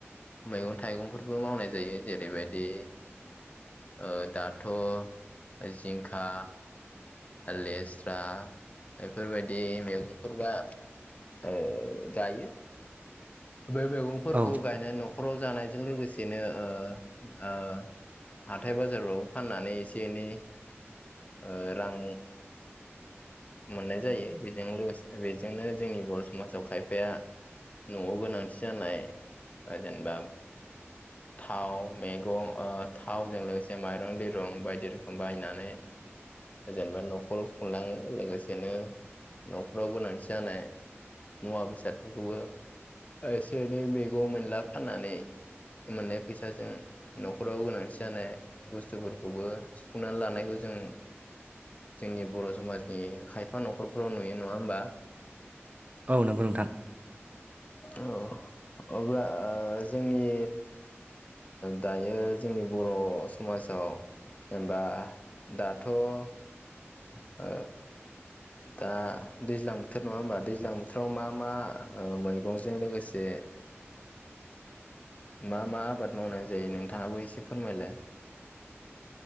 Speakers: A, on the left; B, on the right.
A: मैगं थाइगंफोरबो मावनाय जायो जेरैबायदि ओ-दाथ' ओ-जिंखा लेस्रा बेफोरबायदि मैगंफोर बा ओ-गायो। बे मैगंफोरखौ
B: औ
A: गायनानै न'खराव जानायजों लोगोसेनो ओ-ओ- हाथाय बाजारफ्रावबो फाननानै एसे एनै ओ-रां। मोननाय जायो बेजों लोगोसे बेजोंनो जोंनि बर' समाजाव खायफाया न'आव गोनांथि जानाय ओ-जेनेबा थाव मैगं ओ-थावजों लोगोसे माइरं दैरं बायदि रोखोम बायनानै जेनेबा न'खर खुंलां-लोगोसेनो न'खराव गोनांथि जानाय। मुवा बेसादफोरखौबो एसे एनै मैगं मोनला फाननानै मोननाय फैसाजों। न'खराव गोनांथि जानाय बुस्थुफोरखौबो सुफुंनानै लानायखौ जों जोंनि बर' समाजनि खायफा न'खरफोराव नुयो नङा होमबा?
B: औ नंगौ नोंथां।
A: औ अब्ला ओ-जोंनि दायो जोंनि बर' समाजाव। ओमबा दाथ' ओ- दा दैज्लां बोथोर नङा होमबा दैज्लां बोथोराव मा मा ओ-मैं गंजों लोगोसे मा मा आबाद मावनाय जायो नोंथाङाबो एसे फोरमायलाय।